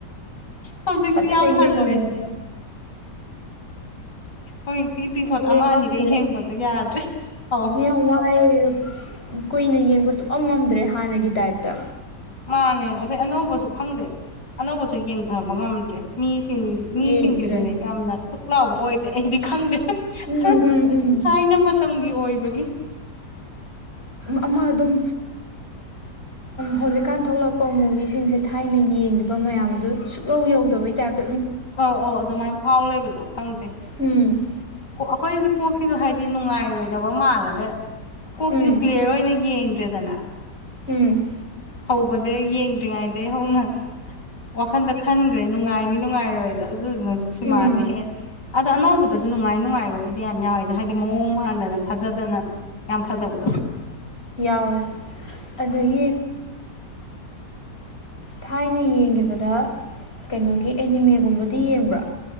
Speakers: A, on the left; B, on the left.
A: ꯍꯧꯖꯤꯛꯇꯤ
B: ꯐꯖꯅ
A: ꯌꯥꯝ
B: ꯌꯦꯉꯝ
A: ꯍꯜꯂꯦ
B: ꯕꯅꯦ
A: ꯍꯧꯖꯤꯛꯇꯤ ꯏꯄꯤꯁꯣꯠ
B: ꯂꯦꯃꯝꯗꯔꯑꯦ
A: ꯑꯃ ꯑꯅꯤꯒ ꯌꯦꯡꯕꯗꯣ ꯌꯥꯗ꯭ꯔꯦ ꯍꯧ
B: ꯌꯥꯝ ꯋꯥꯏꯌꯦ ꯀꯨꯏꯅ ꯌꯦꯡꯕ ꯁꯨꯑꯝ ꯉꯝꯗ꯭ꯔꯦ ꯍꯥꯟꯅꯒꯤ ꯇꯥꯏꯞꯇ
A: ꯃꯥꯅꯦ ꯑꯗꯩ ꯑꯅꯧꯕꯁꯨ ꯈꯪꯗꯦ ꯑꯅꯧꯕꯁꯨ ꯌꯦꯡꯊꯕ ꯉꯝꯗ꯭ꯔꯦ ꯃꯤ ꯁꯤꯡ ꯃꯤꯁꯤꯡꯁꯤꯁꯨꯅꯦ
B: ꯌꯦꯡꯗ꯭ꯔꯦ
A: ꯌꯥꯝꯅ ꯊꯨꯛ ꯂꯥꯎꯕ ꯑꯣꯏꯗꯦ ꯑꯩꯗꯤ ꯈꯪꯗꯦ
B: ꯎꯝ
A: ꯈꯔ
B: ꯎꯝ ꯎꯝ
A: ꯊꯥꯏꯅ ꯃꯇꯝꯒꯤ ꯑꯣꯏꯕꯒꯤ
B: ꯑꯃ ꯑꯗꯨꯝ ꯍꯧꯖꯤꯛꯀꯥꯟ ꯊꯣꯛꯂꯛꯄ ꯃꯨꯚꯤꯁꯤꯡꯁꯦ ꯊꯥꯏꯅ ꯌꯦꯡꯗꯕ ꯃꯌꯥꯝꯗꯨ ꯁꯨꯛꯌꯧ ꯌꯧꯗꯕꯩ ꯇꯥꯏꯞ
A: ꯑꯧ ꯑꯧ ꯑꯗꯨꯃꯥꯏꯅ ꯐꯥꯎ ꯂꯩꯕꯗꯣ ꯈꯪꯗꯦ
B: ꯎꯝ
A: ꯑꯩꯈꯣꯏ ꯀꯣꯛꯁꯤꯁꯨ ꯍꯥꯏꯗꯤ ꯅꯨꯡꯉꯥꯏꯔꯣꯏꯗꯕ ꯃꯥꯜꯂꯒ ꯀꯣꯛꯁꯤꯁꯨ
B: ꯎꯝ
A: ꯀ꯭ꯂꯤꯌꯥꯔ ꯑꯣꯏꯅ ꯌꯦꯡ ꯗꯦꯗꯅ
B: ꯎꯝ
A: ꯍꯧꯕꯗ ꯌꯦꯡꯗ꯭ꯔꯤꯉꯩꯗ ꯍꯧꯅ ꯋꯥꯈꯟꯗ ꯈꯟꯈ꯭ꯔꯦ ꯅꯨꯡꯉꯥꯏꯅꯤ ꯅꯨꯡꯉꯥꯏꯔꯣꯏꯗꯣ ꯑꯗꯨ ꯑꯗꯨꯗꯨꯅꯥ ꯁꯤꯃꯁꯤ
B: ꯎꯝ
A: ꯍꯦꯟꯅꯥ ꯑꯗ ꯑꯅꯧꯕꯗꯁꯨ ꯅꯨꯡꯉꯥꯏ ꯅꯨꯡꯉꯥꯏꯕꯕꯨꯗꯤ ꯌꯥꯝ ꯌꯥꯎꯋꯦꯗ ꯍꯥꯏꯗꯤ ꯃꯑꯣꯡ ꯃꯥꯟꯗꯅ ꯊꯥꯖꯗꯅ ꯌꯥꯝ ꯐꯖꯕꯗꯣ
B: ꯌꯥꯎꯋꯦ ꯑꯗꯒꯤ ꯊꯥꯏꯅ ꯌꯦꯡꯈꯤꯕꯗ ꯀꯩꯅꯣꯒꯤ ꯑꯦꯅꯤꯃꯦꯒꯨꯝꯕꯗꯤ ꯌꯦꯡꯕ꯭ꯔꯥ